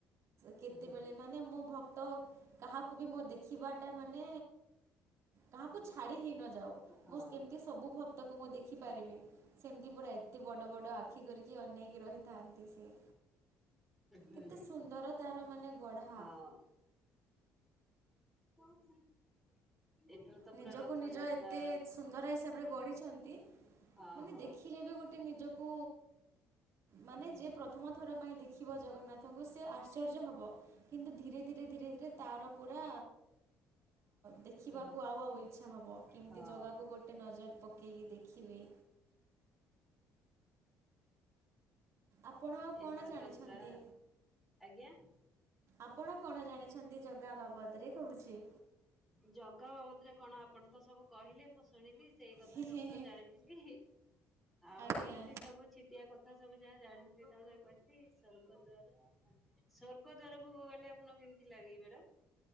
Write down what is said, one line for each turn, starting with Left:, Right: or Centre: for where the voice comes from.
Right: କେତେବେଳେ
Centre: ହୁଁ
Right: ମାନେ ମୋ ଭକ୍ତ କାହାକୁ ବି ମୁଁ ଦେ ଦେଖିବା ଟା ମାନେ କାହାକୁ ଛାଡି ହେଇ ନଯାଉ
Centre: ହଁ
Right: ମୁଁ କେମିତି ସବୁ ଭକ୍ତକୁ ମୁଁ ଦେଖି ପାରିବି ସେମିତି ପୁରା ଏତେ ବଡ ବଡ ଆଖି କରିକି ଅନେଇକି ରହି ଆନ୍ତି ସିଏ।
Centre: ହୁଁ।
Right: କେତେ ସୁନ୍ଦର ତାର ମାନେ ଗଢା
Centre: ହଁ <unintelligible> ତ
Right: ନିଜକୁ
Centre: ପୁରା ରଥଯାତ୍ରା
Right: ନିଜ ଏତେ ସୁନ୍ଦର ହିସାବରେ ଗଢିଛନ୍ତି
Centre: ହଁ
Right: ମାନେ
Centre: ହଁ।
Right: ଦେଖିଲେ ବି ଗୋ ଟେ ନିଜକୁ ମାନେ
Centre: ହୁଁ
Right: ଯିଏ ପ୍ରଥମ ଥର ପାଇଁ ଦେଖିବ ଜଗନ୍ନାଥ ବୁସି ଆ ଆଶ୍ଚର୍ଯ୍ୟ ହବ କିନ୍ତୁ ଧୀରେ ଧୀରେ ଧୀରେ ଧୀରେ ତାର ପୁରା ଦେଖିବାକୁ
Centre: ହୁଁ
Right: ଆ ଆଉ ଆଉ ଇଚ୍ଛା ହେବ କେମିତି
Centre: ହଁ
Right: ଜାଗାକୁ ଗୋଟେ ନଜର ପକେଇକି ଦେଖିବି। ଆପଣ କଣ
Centre: ଏଥର
Right: ଜାଣିଛନ୍ତି
Centre: ତ ପୁରା ଆଜ୍ଞା
Right: ଆପଣ କଣ ଜାଣିଛନ୍ତି ଜଗା ବାବ ବାବଦରେ କୋହୁଛି।
Centre: ଜଗା ବାବଦରେ କଣ ଆପଣ ତ ସବୁ କହିଲେ ମୁଁ ଶୁଣିଲି। ସେଇ କଥା
Right: ହିଁ
Centre: ସବୁ
Right: ହିଁ ହିଁ
Centre: ତ ଜାଣିଥିବି ଆଉ
Right: ଆଜ୍ଞା
Centre: ଏମିତି ସବୁ ଛିଟିଆ କ କଥା ସବୁ ଯାହା ଜାଣିଥିଲି ତାଙ୍କୁ ଯାହା କହିଥିଲି ସ୍ୱର୍ଗଦୁଆର ସ୍ୱର୍ଗଦୁଆରକୁ ଗଲେ ଆପଣଙ୍କୁ କେମିତି ଲାଗେ ମ୍ୟାଡାମ୍।